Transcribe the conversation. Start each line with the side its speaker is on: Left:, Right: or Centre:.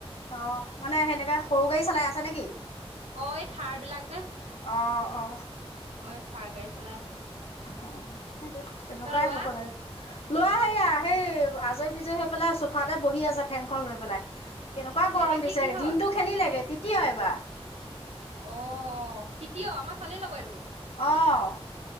Left: অ মানে সেনেকাে সৰু গাড়ী চলাই আছে নেকি
Right: অ এই থাৰ বিলাক যে।
Left: অ অ
Right: অ থাৰ গাড়ী চলাই আছে।
Left: অ সেইটোৱে তেনেকুৱাই
Right: ত লোৱা
Left: হ'ব লাগে। লোৱা সেয়া সেই আজৰি বিজয় হৈ পেলাই চোফাতে বহি আছে ফেনখন লৈ পেলাই। কেনেকুৱা গৰম
Right: এবাৰ সি
Left: দিছে
Right: কিহত
Left: দিনটো খেলি লেগে
Right: এ
Left: তিতীয় এবাৰ <unintelligible>
Right: অ অ তিতিয় আমাৰ ছোৱালী লগৰে দেখোন
Left: আহ